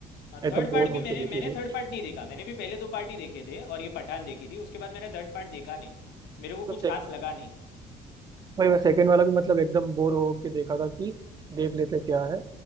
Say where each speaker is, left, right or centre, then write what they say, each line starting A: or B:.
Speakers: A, on the left (about 80°); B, on the right (about 25°).
A: हाँ
B: एकदम
A: थर्ड
B: बोर
A: पार्ट भी
B: होके
A: मैंने मैंने
B: देखी थी
A: थर्ड पार्ट नहीं देखा मैंने भी पहले दो पार्ट ही देखे थे और ये पठान देखी थी उसके बाद मैंने थर्ड पार्ट देखा नहीं मेरे को
B: तो
A: कुछ
B: सेकंड
A: खास लगा नहीं
B: भाई मैं सेकंड वाला भी मतलब एकदम बोर होके देखा था कि देख लेते क्या है